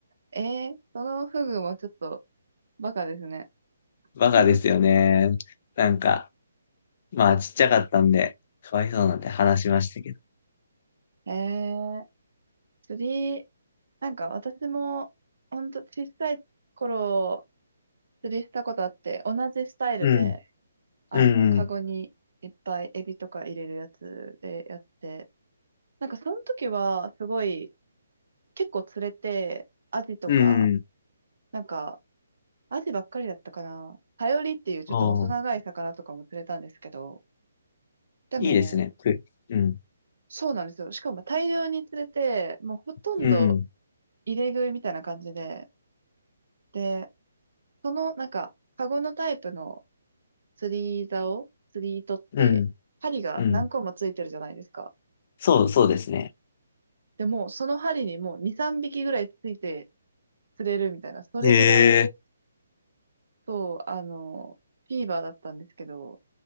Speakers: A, on the right; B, on the left.
A: えー、そのフグもちょっとバカですね。
B: バカですよね。
A: <laughs>
B: なんか、まあちっちゃかったんで、かわいそうなんて話しましたけど。
A: えー、釣り、なんか私も、ほんと小さい頃、釣りしたことあって、同じスタイルで、
B: うん。
A: あの、
B: うん。
A: カゴにいっぱいエビとか入れるやつでやって、なんかその時は、すごい、結構釣れて、アジとか、
B: うん。うん。
A: なんか、アジばっかりだったかな。サヨリっていうちょっと細長い魚とかも釣れたんですけど、
B: おー
A: でも、
B: いいですね。ふうん。
A: そうなんですよ。しかも大量に釣れて、もうほとんど
B: うん。
A: 入れ食いみたいな感じで、で、その、なんか、カゴのタイプの釣り竿、釣り糸って、
B: うん。
A: 針が何個もついてるじゃないですか。
B: うん。そう、そうですね。
A: でも、その針にもう2、3匹ぐらいついて釣れるみたいな、それぐらい、
B: へえ。
A: そう、あの、フィーバーだったんですけど、